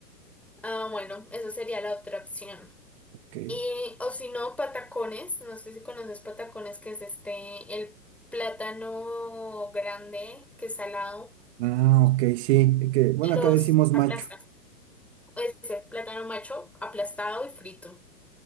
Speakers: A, in the centre; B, on the right.
A: Ah, bueno, esa sería la otra opción.
B: Ok.
A: Y, o si no, patacones. No sé si conoces patacones, que es este, el plátano grande, que es salado.
B: Ah, ok, sí. Que, bueno,
A: Los
B: acá decimos
A: aplastas.
B: macho.
A: Ese plátano macho aplastado y frito.